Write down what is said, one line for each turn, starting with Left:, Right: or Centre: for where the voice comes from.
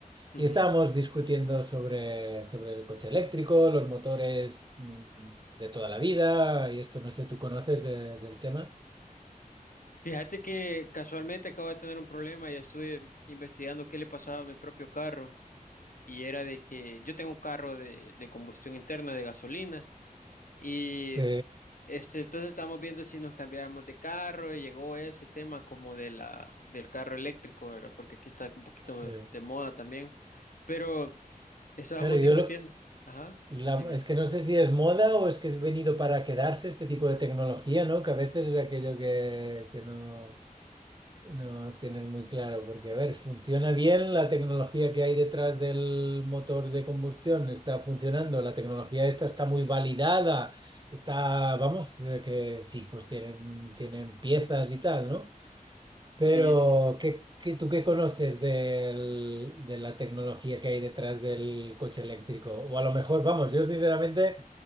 Left: ujú.
Right: Y estábamos discutiendo sobre, sobre el coche eléctrico, los motores mm, de toda la vida, y esto no sé, ¿tú conoces de- del tema?
Left: Fíjate que casualmente acabo de tener un problema y estuve investigando qué le pasaba a mi propio carro y era de que yo tengo un carro de, de combustión interna, de gasolina y
Right: Sí.
Left: este, entonces estábamos viendo si nos cambiábamos de carro y llegó ese tema como de la, del carro eléctrico, ¿verdad? Porque aquí está un poquito
Right: Sí.
Left: de, de moda también, pero estábamos
Right: Claro, yo
Left: discutiendo,
Right: lo que...
Left: ajá,
Right: la-
Left: dime.
Right: es que no sé si es moda o es que es venido para quedarse este tipo de tecnología, ¿no? Que a veces es aquello que, que no, no tienes muy claro, porque a ver, funciona bien la tecnología que hay detrás del motor de combustión, está funcionando, la tecnología esta está muy validada, está, vamos, eh, que sí, pues tienen, tienen piezas y tal, ¿no?
Left: Sí,
Right: Pero,
Left: sí.
Right: ¿qué, qué- tú qué conoces del- de la tecnología que hay detrás del coche eléctrico? O a lo mejor, vamos, yo sinceramente